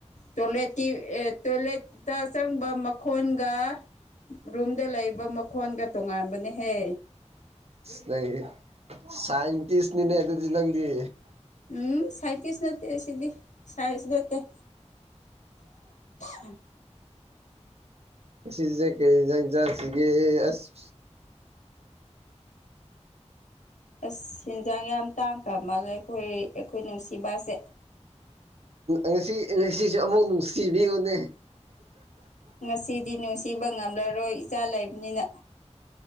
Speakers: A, on the left (about 85°); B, on the right (about 60°).
A: ꯇꯣꯏꯂꯦꯠꯀꯤ ꯇꯣꯏꯂꯦꯠꯇ ꯑ ꯆꯪꯕ ꯃꯈꯣꯟꯒ ꯔꯨꯝꯗ ꯂꯩꯕ ꯃꯈꯣꯟꯒ ꯇꯣꯉꯥꯟꯕꯅꯍꯦ
B: ꯅꯪ ꯁꯥꯏꯟꯇꯤꯁꯅꯤꯅꯦ ꯑꯗꯨꯗꯤ ꯅꯪꯒꯤ
A: ꯎꯝ ꯁꯥꯏꯟꯇꯤꯁ ꯅꯠꯇꯦ ꯁꯤꯗꯤ ꯁꯥꯏꯟꯁ ꯅꯠꯇꯦ ꯎꯝ
B: ꯑꯁꯤꯁꯦ ꯀꯖꯁꯤꯒꯦ ꯑꯁ
A: ꯑꯁ ꯍꯦꯟꯖꯥꯡ ꯌꯥꯝ ꯇꯥꯡꯈ꯭ꯔ ꯃꯥꯜꯂꯦ ꯑꯩꯈꯣꯏ ꯑꯩꯈꯣꯏ ꯅꯨꯡꯁꯤꯕꯁꯦ
B: ꯉꯁꯤ ꯉꯁꯤꯁꯨ ꯑꯃꯨꯛ ꯅꯨꯡꯁꯤꯕꯤꯌꯨꯅꯦ
A: ꯉꯁꯤꯗꯤ ꯅꯨꯡꯁꯤꯕ ꯉꯝꯂꯔꯣꯏ ꯏꯆꯥ ꯂꯩꯕꯅꯤꯅ